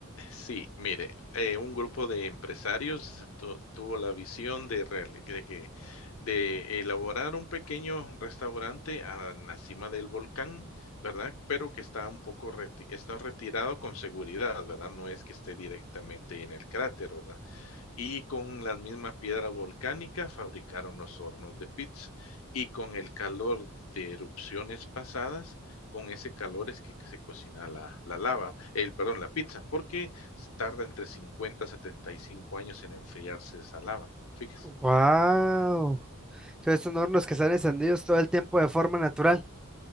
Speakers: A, on the left; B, in the centre.
A: Sí, mire, eh, un grupo de empresarios tu- tuvo la visión de, reali- de que- de elaborar un pequeño restaurante a la cima del volcán, ¿verdad? Pero que está un poco reti- está retirado con seguridad, ¿verdad? No es que esté directamente en el cráter, ¿verdad? y con la misma piedra volcánica fabricaron los hornos de pizza. Y con el calor de erupciones pasadas, con ese calor es que, que se cocina la, la lava, el, perdón, la pizza, porque tarda entre 50 a 75 años en enfriarse esa lava. Fíjese.
B: ¡Wow! Entonces son hornos que están encendidos todo el tiempo de forma natural.